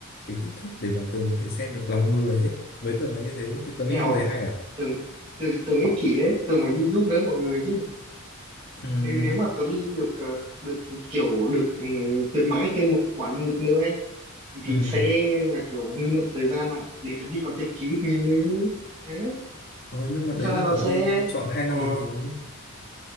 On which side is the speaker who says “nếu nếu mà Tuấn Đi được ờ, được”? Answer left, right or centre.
Right